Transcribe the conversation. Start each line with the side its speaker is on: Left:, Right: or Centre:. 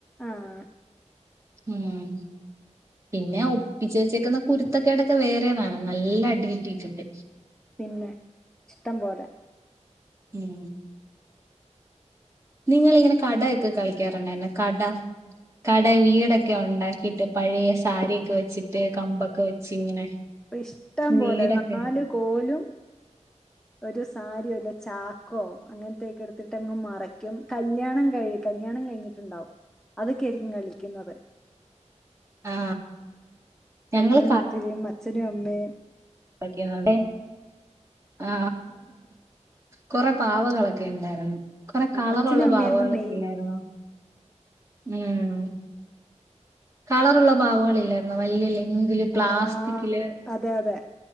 Centre: ആഹ്
Right: ഉം പിന്നെ ഒപ്പിച്ച് വെച്ചേക്കുന്ന കുരുത്തക്കേടൊക്കെ വേറെതാ ണ് നല്ല അടി കിട്ടിയിട്ടുണ്ട്
Centre: പിന്നെ ഇഷ്ട്ടം പോലെ
Right: ഉം നിങ്ങിള് ഇങ്ങനെ കട ഒക്കെ കളിക്കാറുണ്ടായിരുന്നോ കട കട വീടൊക്കെ ഉണ്ടാക്കിട്ട് പഴയ സാരിയൊക്കെ വെച്ചിട്ട് കമ്പൊക്കെ വെച്ച് ഇങ്ങനെ
Centre: ഇഷ്ടം
Right: വീടൊക്കെ
Centre: പോലെ നാലു കോലും ഒരു സാരിയുടെ ചാക്കോ അങ്ങനത്തെയക്കെ എടുത്തിട്ട് അങ്ങ് മറയ്ക്കും കല്യാണം കഴി കല്യാണം കഴിഞ്ഞിട്ടുണ്ടാവും അതൊക്കെ ആയിരിക്കും കളിക്കുന്നത്
Right: ആ ഞങ്ങള്
Centre: കല്യാണം നടത്തിയും അച്ഛനും അമ്മയും
Right: <unintelligible> അതൊ ക്കെ ഇവിടേം ആ കൊറെ പാവകളൊക്കെ ഉണ്ടായിരുന്നു കൊറെ കളറുള്ള
Centre: അച്ഛനും അമ്മയായിരുന്നു
Right: പാവക ളൊക്കെ
Centre: മെയിൻ
Right: ഇല്ലായിരുന്നോ ഉം കളറുള്ള പാവകളില്ലായിരുന്നോ വലിയ ലെന്തില് പ്ലാസ്റ്റിക്കില്
Centre: ആഹ് അതെ അതെ